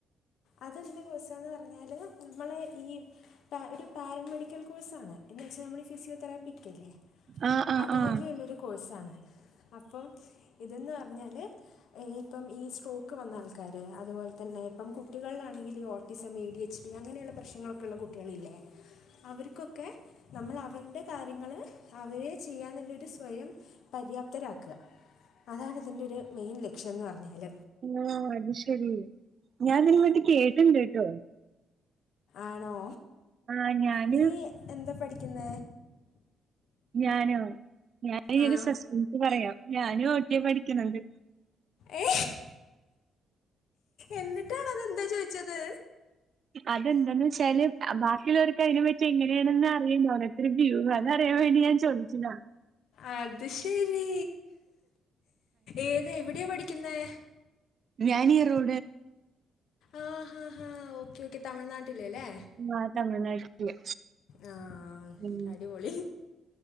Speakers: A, on the left; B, on the right.
A: അതെന്ത് കോഴ്‌സെന്ന് പറഞ്ഞാൽ നമ്മൾ ഈ ഒരു പാരാമെഡിക്കൽ കോഴ്സാണ് എന്ന് വെച്ചാൽ നമ്മൾ ഈ ഫിസിയോെറപ്പിക്ക്
B: ആഹ് ആഹ്
A: അതുപോലെ
B: ആഹ്
A: ഉള്ളൊരു കോഴ്സാണ്. അപ്പം ഇതെന്ന് പറഞ്ഞാൽ ഇപ്പം ഈ സ്ട്രോക്ക് വന്ന ആൾക്കാർ അതുപോലെ പിന്നെ ഇപ്പം കുട്ടികളിലാണെങ്കിൽ ഓടിസം എഡിഎച്ച്ഡി അങ്ങനെയുള്ള പ്രശ്നങ്ങളൊക്കെ ഉള്ള കുട്ടികളില്ലേ അവർക്കൊക്കെ നമ്മൾ അവരുടെ കാര്യങ്ങൾ അവരെ ചെയ്യാനുകള്ളാരു സ്വയം പര്യാപ്തരാക്കുക അതാണ് ഇതിൻ്റെ ഒരു മെയിൻ ലക്ഷ്യം എന്ന് പറഞ്ഞാൽ
B: ആ അത് ശരി ഞാൻ ഇതിന് വേണ്ടി കേട്ടണ്ട് കേട്ടോ
A: ആണോ
B: ആ ഞാന്
A: നീ എന്താ പഠിക്കുന്ന
B: ഞാനോ. ഞായൊരു
A: ആ
B: സസ്പെൻസ് പറയാം. ഞാനു ഓട്ടിയ പഠിക്ണത്.
A: ഏ എന്നിട്ടാണോ അതെന്താ ചോദിച്ചത്.
B: അത് എന്താന്ന് വെച്ചാൽ ബാക്കിയുള്ളവർക്ക് അതിനെ പറ്റി എങ്ങനെയാണെന്ന് അറിയണ്ട ഓരോത്തരുടെ ഫീഡ്‌ബാക് അറിയാൻ വേണ്ടി ഞാൻ ചോദിച്ചിതാ
A: അത് ശരി ഏത് എവിടെയാ പഠിക്കുന്നേ
B: വ്യാനി റോഡ്
A: ആ ഹാ ഹാ ഓക്കേ ഓക്കെ തമിഴ്നാട്ടില് ല്ലേ
B: മാ തമിഴ്നാട്ടില്
A: ആ
B: ഉം
A: അടിപൊളി